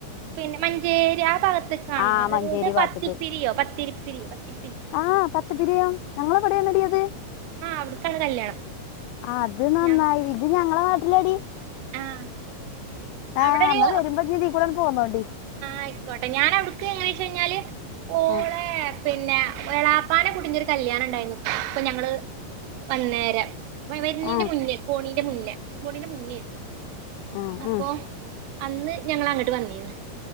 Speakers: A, on the right (about 85°); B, on the left (about 85°).
A: പിന്നെ മഞ്ചേരി ആ ഭാഗത്ത്ക്കാണോ
B: ആഹ് മഞ്ചേരി
A: ഇഹ് ത് ത് പത്തിപ്പിരിയോ
B: ഭാഗത്ത്ക്ക്
A: പത്തിരിപ്പിരിയോ പത്തി
B: ആഹ് പത്തപ്പിരിയം ഞങ്ങളെവ്ടേണെടി അത്
A: അവ്ട്ക്കാണ് കല്യാണം
B: അത് നന്നായി
A: ഞാ
B: ഇത് ഞങ്ങളെ നാട്ട്ലാടീ
A: ആഹ്
B: ആഹ്
A: അവിടെ ഒരു
B: ന്നാ വെരുമ്പോഇഞ്തീകൂടണ്ട് പോന്നോണ്ടി
A: ആയ്ക്കോട്ടെ ഞനവ്ട്ക്ക് എങ്ങനെച്ചഴ്ഞ്ഞാല് ഓളെ
B: ആഹ്
A: പി ന്നെ എളാപ്പാന്റെ കുട്ടിന്റൊരു കല്യാണം ഇണ്ടായ്ന്നു പ്പൊഞങ്ങള് വന്നേരെ വെ വെര്ണിന്റെ
B: ആഹ്
A: മുന്നേ പോണിന്റെ മുന്നേ പോണിന്റെ മുന്നേര് ന്നു
B: ആഹ്
A: അപ്പൊ
B: ആഹ്
A: അന്ന് ഞങ്ങളങ്ങട്ട് വന്നീന്ന്